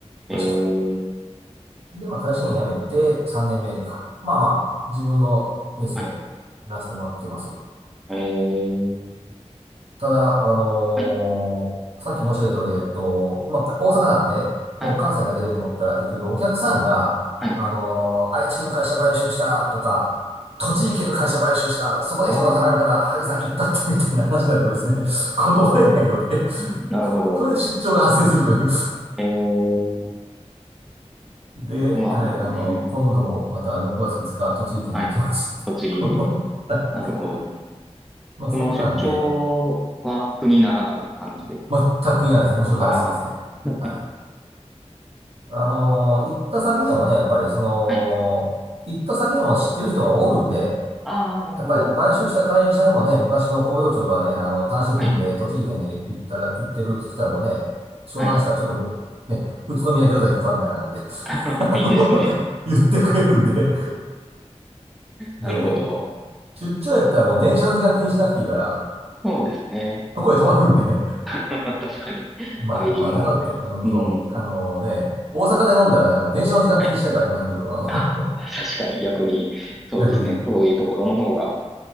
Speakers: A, in the centre; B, on the right.
A: えー、
B: ました。で、まあ、会社員辞めて3年目か。まあまあ、自分のペースでや
A: はい、
B: らせてもらってます。
A: えー、
B: ただ、あのーさっき申し上げた通り、
A: はい、
B: えっと、まあ、大阪なんで、
A: はい、
B: もう関西だけでと思ったら、結局お客さんが、
A: はい。
B: あのー愛知県の会社買収したとか、栃木県の会社買収した、そこで人が足らんから、
A: あー、
B: 萩さん行ったってみたいな話になるとですね、<laughs> 断れないので、
A: うんなるほど。
B: それで出張が発生するという
A: えー、そ
B: で、
A: うなんですね。
B: はい、あの、今度もまた6月2日、栃木県に行きますってことで。
A: はい、栃木に。
B: <laughs> はい
A: なるほど。
B: まあ、そんなんで、
A: その出張は苦にならない感じですか
B: 全くいならないですね。むしろ大好きですね。
A: あー、
B: はい。
A: <laughs>
B: あのー行った先でもね、やっぱりその、
A: はい
B: 行った先でも知ってる人がおるんで、
A: ああ、なるほど。
B: やっぱり買収した会社もね、昔の工場長がね、あの、単身赴任で栃木県で行ったら、
A: はい。
B: 行ってる、そしたらもうね、商談したらちょっともう、
A: はい。
B: ね、宇都宮餃子行こうかみたいな感じで
A: <laughs>
B: <laughs>、あの言ってくれるんで、
A: いいですね。なるほど。
B: で、出張やったらもう電車の時間気にしなくていいから、
A: そうですね。
B: そこへ泊まるんで <laughs>
A: <laughs> 確かに。
B: まあまあ、
A: 帰りも。
B: だからって、うん、
A: うん。
B: そう、あのね、大阪で飲んだらね、あの、電車の時間気にしなきゃいけませんけど、
A: はい。
B: あの
A: あ、確かに逆に、そうですね。
B: <laughs> 逆に、
A: 遠いところの方が